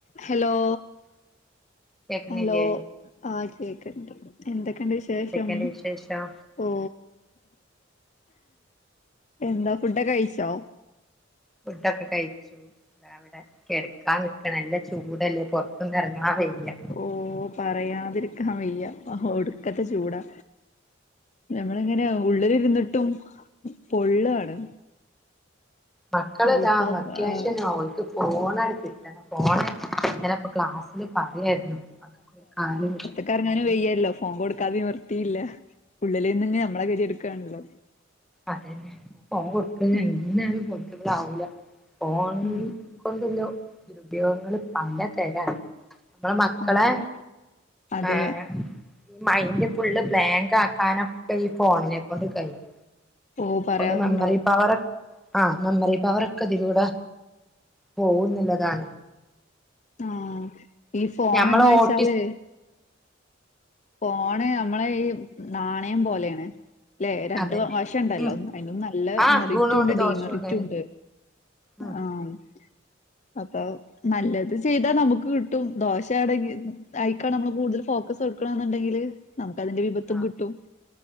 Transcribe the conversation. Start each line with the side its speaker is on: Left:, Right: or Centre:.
Left: hello
Centre: കേക്കുന്നില്ലേ
Left: Hello ആഹ് കേക്കണ്ട് എന്തൊക്കെയണ്ട് വിശേഷം
Centre: എന്തൊക്കെയുണ്ട് വിശേഷം
Left: ഓ എന്താ ഫുഡ കഴിച്ചോ?
Centre: ഫുഡൊക്കെ കഴിച്ചു അ അവിടെ കിടക്കാൻ നിക്കണ നല്ല ചൂടല്ലേ പൊറത്തും ഇറങ്ങാൻ വയയ്യ
Left: ഓ പറയാതിരിക്കാൻ വയ്യ ഒടുക്കത്തെ ചൂടാ ഞങ്ങളിങ്ങനെ ഉള്ളിലിരുന്നിട്ടും പൊള്ളാണ്
Centre: മക്കളെതാ
Left: ഇതിപ്പോ
Centre: വെക്കേഷനാവോണ്ട്
Left: ഏഹ്
Centre: അവൾക്ക് പോണടു കിട്ടണം ഫോണ് ഇങ്ങനെ ക്ലാസ്സില് പറയായിരുന്നു കാൽ -
Left: ക്കാർങ്ങാനും വെയ്യല്ലോ ഫോം കൊടുക്കാതെ നിവർത്തിയില്ല ഉള്ളിൽ നിന്ന നമ്മളെ കേദിയെടുകയാണല്ലോ
Centre: അതന്നെ പോ കൊടുക്ക
Left: ഉം
Centre: ഇങ്ങനെയാലും പൊടുക്ക്പള ആവൂല ഫോൺ
Left: ഉം
Centre: കൊണ്ടുള്ള ദുരുപയോഗങ്ങള് പലതരാണ് നമ്മളെ മക്കളെ
Left: ആഹ് അതെ
Centre: ഏഹ് മൈൻഡ് ഫുള്ള് ബ്ലാങ്ക് ആക്കാനൊക്കെ ഈ ഫോണിനെ കൊണ്ട് കഴിയും
Left: ഓ പറയാനുണ്ടോ
Centre: ഒരു മെമ്മറി പവർ- ആഹ് മെമ്മറിപ്പവർക്ക തിലൂടെ പോകുന്നുള്ളതാണ്
Left: ആഹ് ഈ ഫോൺന്ന്
Centre: ഞമ്മള്
Left: വെച്ചാല്
Centre: ഓട്ടിസ്
Left: ഫോണ് നമ്മള ഈ നാണയം പോലെയാണ് ല്ലെ രണ്ട്
Centre: അതന്നെ
Left: വശണ്ടല്ലോ
Centre: ഉം
Left: ഒ അതിനും നല്ല
Centre: ആഹ്
Left: മെറിറ്റുണ്ട്
Centre: ഗുണുണ്ട്
Left: ഡീമെറിറ്റുണ്ട്
Centre: ദോഷുണ്ട് ഉം
Left: ആഹ് അപ്പൊ നല്ലത് ചെയ്താൽ നമുക്ക് കിട്ടും ദോശയാണെങ്കിൽ അയിക്ക നമ്മൾ കൂടുതൽ ഫോക്കസ് കൊടുക്കണെന്നുണ്ടെങ്കില് നമുക്കതിന്റെ വിപത്തും
Centre: ആഹ്
Left: കിട്ടും